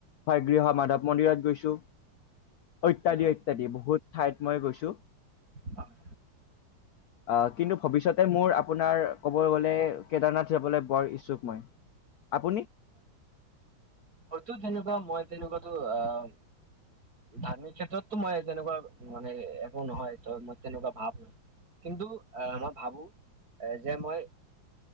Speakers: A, on the left (about 70°); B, on the right (about 45°).
A: হয় গৃহ মাধৱ মন্দিৰত গৈছো। অত্যাদী
B: হয়
A: অত্যাদী বহুত ঠাইত মই গৈছো।
B: হয় হয়
A: অ' কিন্তু ভৱিষ্যত তে মোৰ আপোনাৰ ক'বলৈ গ'লে কেদাৰনাথ যাবলৈ বৰ ইচ্ছুক মই। আপুনি?
B: হয়তো তেনেকুৱা মই তেনেকুৱা টো আহ ধাৰ্মিক ক্ষেত্ৰতটো মই তেনেকুৱা মানে একো নহয় ত মই তেনেকুৱা ভাৱ নাই। কিন্তু এ মই ভাবোঁ এ যে মই